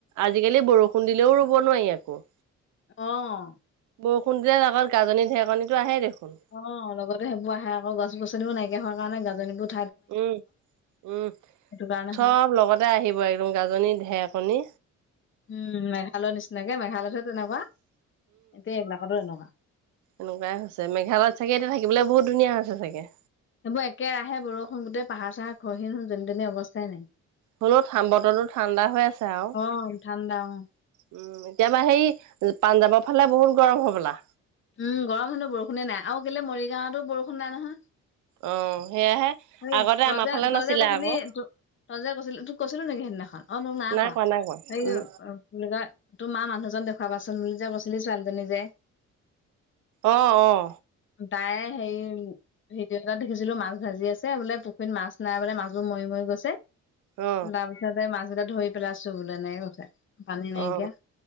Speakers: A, on the right (about 75°); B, on the left (about 40°).
A: আজিকালি বৰষুণ দিলেও ৰোব নোৱাৰি আকৌ।
B: অ',
A: বৰষুণ দিলে লগত গাজনি ঢেৰেকনিটো আহেই দেখোন।
B: অ, লগতে সেইবোৰ আহে আকৌ গছ-গছনিবোৰ নাইকিয়া হোৱা কাৰণে গাজনী বোৰ
A: উম উম,
B: সেইটো কাৰণে
A: চব
B: হয়
A: লগতে আহিব একদম গাজনি ঢেকণী।
B: উম, মেঘালয়ৰ নিচিনাকে মেঘালয়তহে তেনেকুৱা। এতিয়া এইবিলাকতো এনেকোৱা।
A: এনেকোৱাই হৈছে মেঘালয়ত চাগে এতিয়া থাকিবলৈ বহুত ধুনীয়া হৈছে চাগে।
B: সেইবোৰ একেৰাহে বৰষুণ গোটেই পাহাৰ চাহৰ খহি দেখোন যেনি তেনি অৱস্থাই নাই।
A: হ'লো ঠান বতৰতো ঠাণ্ডা হৈ আছে আও। উম
B: অ', ঠাণ্ডা অ'।
A: এতিয়াবা হেই পাঞ্জাৱৰ ফালে বহুত গৰম হ'বলা।
B: উম গৰম হেনো বৰষুণে নাই আৰু কেলে মৰিগাঁৱতো বৰষুণ নাই নহয়।
A: অ সেয়াহে।
B: তই
A: আগতে আমাৰ
B: যে
A: ফালে
B: তই
A: নাছিলে
B: যে কৈছিলি
A: আকৌ
B: ত তই যে কৈছিলি তোক কৈছিলো নেকি সেইদিনাখন অ ন নাই
A: নাই কোৱা নাই কোৱা উম
B: অ কি বুলি কয়, তোমাৰ মানুহজন দেখুৱাবা চোন বুলি যে কৈছিলি ছোৱালীজনী যে।
A: অ অ
B: তাইয়ে হেৰি ভিডিঅ এটাত দেখিছিলো মাছ ভাজি আছে। এ বোলে পুখুৰীত মাছ নাই বোলে মাছবোৰ মৰি মৰি গৈছে
A: অ
B: বাম তাপা এ মাছকেইটা ধৰি পেলাইছো বোলে, এনেকৈ কৈছে। পানী নাইকিয়া,
A: অ